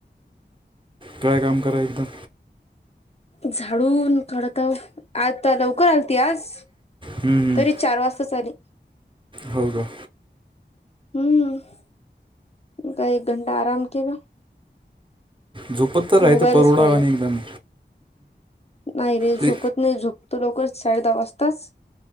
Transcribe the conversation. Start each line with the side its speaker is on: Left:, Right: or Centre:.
Right: काय काम करा एकदम
Left: झाडून काढताव आज ती लवकर आल त आज
Right: हम्म,
Left: तरी चार वाजता आली
Right: हो का
Left: हम्म का एक घंटा आराम केला
Right: झोपत तर राह
Left: मोबाईलच
Right: तर परवडा
Left: पाहिलाय
Right: आहे एकदम
Left: नाही रे
Right: ते
Left: झोपत नाही झोपतो लवकर साडे दहा वाजताच